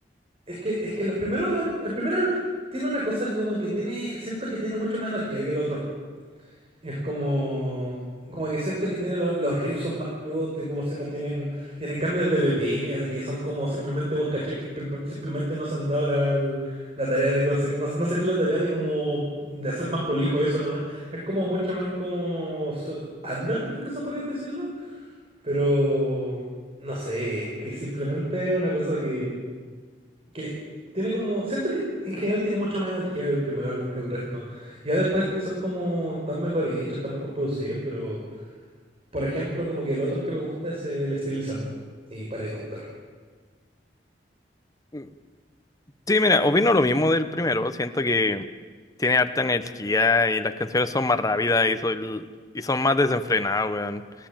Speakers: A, on the right; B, on the left.
A: es que es que los primeros al- el primer álbum tiene una cosa que como que tiene siento que tiene mucha más energía que el otro. Es como como que siento que tiene lo- los riffs son más crudos, te- como se mantienen tienen cambios de BPM, así que son como simplemente vos caché que prim- simplemente no se han dado la, la tarea de cosas, no, no se dieron la tarea de como de hacer más prolijo eso nomás. Es como mucho más como su- under, que incluso podrías decirlo. Pero no sé, es que simplemente una cosa que, que tiene como. Siento que en general tiene mucho más energía el primer álbum que el resto. Ya después son como tan mejores hechos, tan mejor producidos, pero por ejemplo, como que el otro que me gusta es el This Album. Y para de contar.
B: Mm, Sí, mira, opino lo mismo del primero. Siento que tiene harta energía y las canciones son más rápidas y, son y son más desenfrenadas, weón.